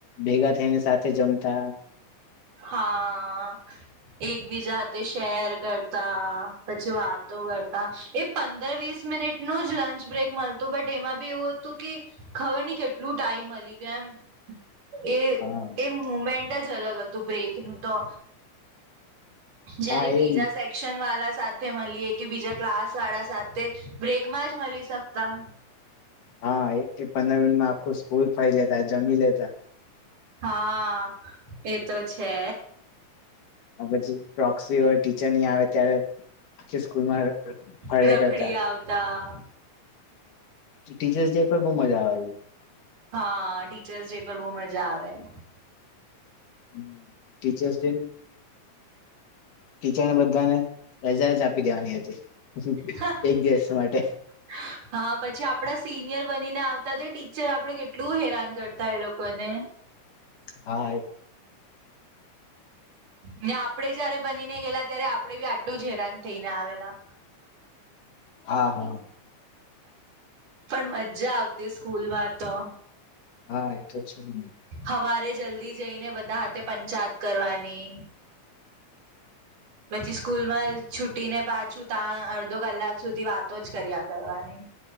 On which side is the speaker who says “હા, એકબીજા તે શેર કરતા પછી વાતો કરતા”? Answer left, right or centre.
Right